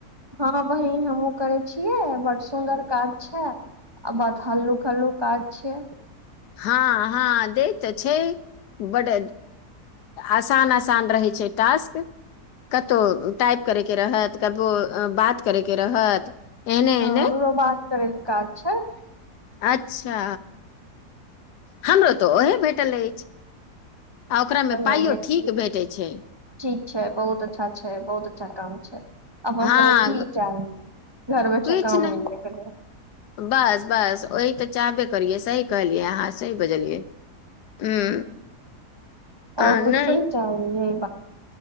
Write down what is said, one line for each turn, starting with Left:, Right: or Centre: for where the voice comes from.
Right: हँ बहन हमहुँ करे छियै बड सुन्दर काज छै आ बाद हल्लूक हल्लूक काज छियै
Left: हँ हँ दे तऽ छै बड आसान आसान रहै छै टास्क कतहु टाइप करे के रहत कतो बात करे के रहत एहने
Right: हँ
Left: एहने
Right: हमरो बात करैके काज छै
Left: अच्छा हमरो तऽ ओहे भेटल अछि आ ओकरामे
Right: तऽ नहि
Left: पाइयो
Right: नहि
Left: ठीक भेटैत छै
Right: ठीक छै बहुत अच्छा छै बहुत अच्छा काम छै अपनना
Left: हँ
Right: सब की इ् चाहबी घर बच्चे
Left: किछु
Right: काम
Left: नहि
Right: मिल जा क
Left: बस बस ओह तऽ चाहबे करियै सी कहलियै अहाँ सही बजलियै हूँ
Right: आओर
Left: आ
Right: कछ
Left: नहि
Right: तनी चाही य